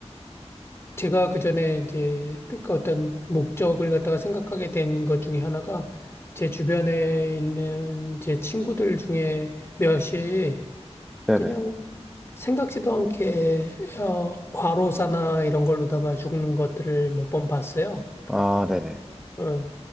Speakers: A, on the left; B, in the centre.
A: 제가 그 전에 이제 그 어떤 목적을 갖다가 생각하게 된 것 중에 하나가 제 주변에 있는 제 친구들 중에 몇이
B: 네네.
A: 그냥 생각지도 않게 어, 과로사나 이런 걸로다가 죽는 것들을 몇 번 봤어요.
B: 아, 네네.
A: 어,